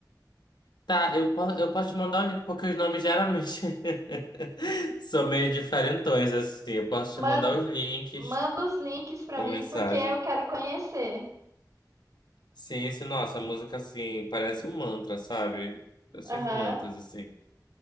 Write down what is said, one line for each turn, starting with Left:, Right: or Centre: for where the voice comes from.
Left: Tá, eu posso, eu posso te mandar o link porque os nomes geralmente <laughs> são meio diferentões, assim. Eu posso te mandar
Right: Man-
Left: os links.
Right: manda os links pra
Left: Uma
Right: mim
Left: mensagem.
Right: porque eu quero conhecer.
Left: Sim, esse, nossa, a música assim, parece um mantra, sabe? Parece
Right: Aham.
Left: uns mantras, assim.